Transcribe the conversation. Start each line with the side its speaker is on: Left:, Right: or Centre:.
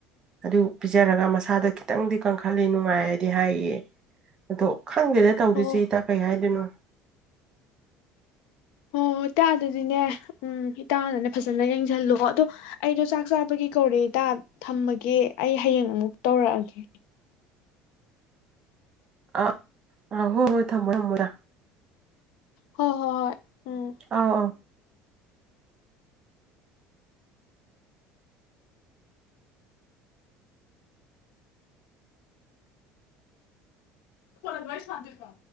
Right: ꯑꯗꯨ ꯄꯤꯖꯔꯒ ꯃꯁꯥꯗ ꯈꯤꯇꯪꯗꯤ ꯀꯟꯈꯠꯜꯂꯤ ꯅꯨꯡꯉꯥꯏꯔꯗꯤ ꯍꯥꯏꯌꯦ ꯑꯗꯣ ꯈꯪꯗꯦꯗ ꯇꯧꯗꯣꯏꯁꯤꯦ
Left: ꯑꯣ
Right: ꯏꯇꯥ ꯀꯩ ꯍꯥꯏꯗꯣꯏꯅꯣ
Left: ꯍꯣꯏ ꯍꯣꯏ ꯇꯥ ꯑꯗꯨꯗꯤꯅꯦ ꯎꯝ ꯏꯇꯥꯅꯅꯦ ꯐꯖꯅ ꯌꯦꯡꯁꯜꯂꯨꯀꯣ ꯑꯗꯣ ꯑꯩꯗꯣ ꯆꯥꯛ ꯆꯥꯕꯒꯤ ꯀꯧꯔꯦ ꯏꯇꯥ ꯊꯝꯃꯒꯦ ꯑꯩ ꯍꯌꯦꯡ ꯑꯃꯨꯛ ꯇꯧꯔꯛꯑꯒꯦ
Right: ꯑ ꯑ ꯍꯣ ꯍꯣꯏ ꯊꯝꯃꯣ ꯊꯝꯃꯗ
Left: ꯍꯣꯏ ꯍꯣꯏ ꯍꯣꯏ ꯎꯝ
Right: ꯑ ꯑ
Left: ꯐꯂꯏ ꯁꯥꯟꯇ ꯊ